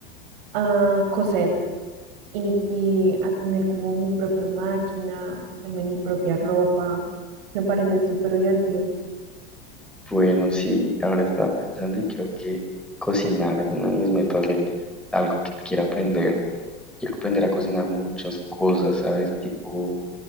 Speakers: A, on the right; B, in the centre.
A: a coser y, y a tener como mi propia máquina, hacerme mi propia ropa. Me parece súper divertido.
B: bueno, sí, ahora estaba pensando y creo que cocinar es una de mis metas de algo que quiero aprender. Quiero aprender a cocinar muchas cosas, ¿sabes? Tipo